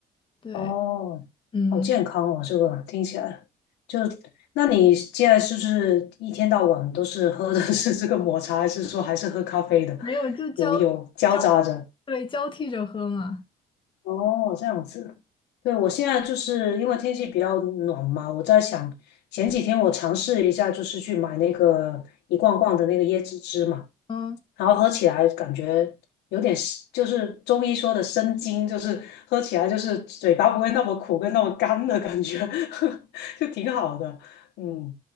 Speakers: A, on the left; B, on the left.
A: 对，
B: 哦，
A: 嗯，
B: 好健康哦，这个听起来就，那你现在是不是一天到晚都是喝的是这个抹茶，还是说还是喝咖啡的？
A: 没有，就交
B: 有有交杂着。
A: 交，对，交替着喝嘛。
B: 哦，这样子。对，我现在就是因为天气比较暖嘛，我在想前几天我尝试了一下，就是去买那个一罐罐的那个椰子汁嘛，
A: 嗯
B: 然后喝起来感觉有点是，就是中医说的生津，就是喝起来就是嘴巴不会那么苦跟那么干的感觉，<laughs> 就挺好的。嗯